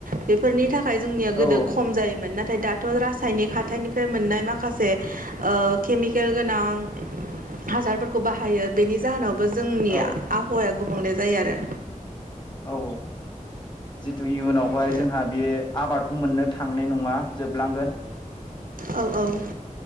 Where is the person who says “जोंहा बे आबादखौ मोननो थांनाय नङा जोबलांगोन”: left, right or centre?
Left